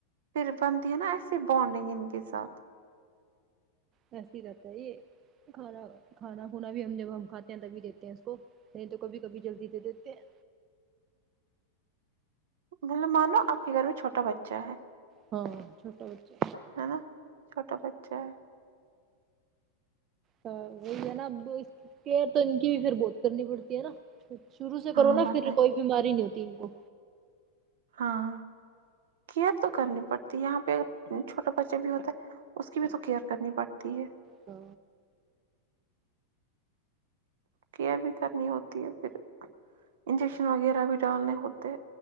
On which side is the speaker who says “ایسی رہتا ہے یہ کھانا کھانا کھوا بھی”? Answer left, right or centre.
Right